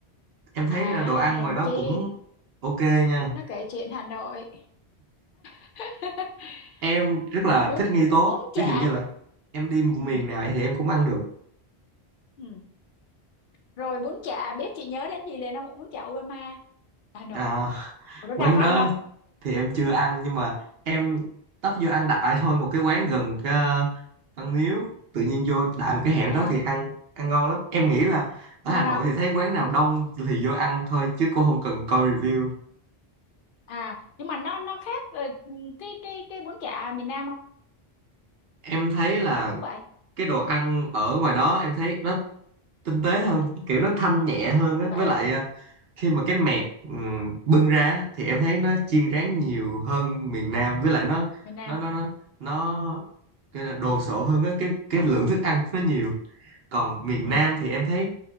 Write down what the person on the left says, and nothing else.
à
hèn
chi
nó kể chuyện Hà Nội <laughs>
bún
bún chả
ừ,
ừ. rồi bún chả biết chị nhớ đến gì liền không bún chả Obama Hà Nội
Ủa, nó ra
có
ăn không
vậy
hả
ngon
không
à nhưng mà nó nó khác ờ, cái cái cái bún chả miền Nam không
hay cũng vậy
vậy
à
miền Nam
ừ.